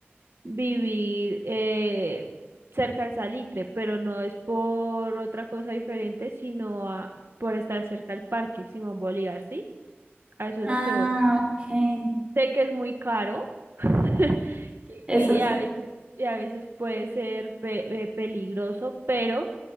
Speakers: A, on the right (about 65°); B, on the right (about 25°).
A: vivir eh, cerca al salitre, pero no es por otra cosa diferente, sino a- por estar cerca al parque Simón Bolívar, ¿sí? A eso es
B: Ah,
A: lo que voy.
B: ok.
A: Sé que es muy caro <laughs> y,
B: Eso
A: y
B: sí.
A: a veces, y a veces puede ser pe- eh, peligroso, pero